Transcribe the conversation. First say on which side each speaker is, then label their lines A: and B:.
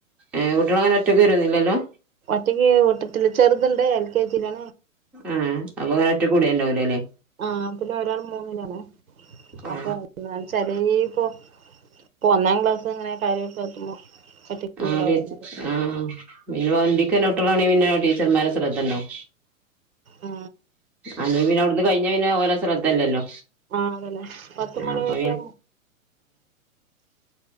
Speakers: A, in the centre; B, on the right.
A: ഏ കുട്ടിള് അങ്ങനെ ഒറ്റൊക്ക വരുന്നില്ല അല്ലോ
B: ഒറ്റയ്ക്ക് വിട്ടിട്ടില്ല ചെറതൊണ്ടേ എൽ കെ ജി ലാ
A: ആഹ് അപ്പൊ അങ്ങനെ ഒറ്റ കൂട ഉണ്ടാവലോ അല്ലേ
B: ആഹ് പിന്നെ ഒരാൾ മൂന്നിനാണ്
A: ആ
B: അപ്പൊ എന്ന വെച്ചാല് ഈ ഇപ്പൊ ഇപ്പൊ ഒന്നാം ക്ലാസ് ഇങ്ങനെ കാര്യൊക്കെ എത്തുമ്പോ ഒറ്റയ്ക്ക്
A: ആ
B: കൂടാ
A: ടീ
B: പറഞ്ഞത്
A: ആ പിന്ന വണ്ടിക്ക് വര്ണകുട്ട്യാളാണെകിൽ പിന്നെ ടീച്ചർമാരെ ശ്രദ്ധ ഉണ്ടാവും
B: ആ
A: അല്ല പിന്നെ അവിടുന്ന് കഴിഞ്ഞ പിന്നെ ഓല ശ്രദ്ധല്ലല്ലോ
B: ആ അതല്ലേ പത്തുമണി
A: അപ്പൊ
B: വരെ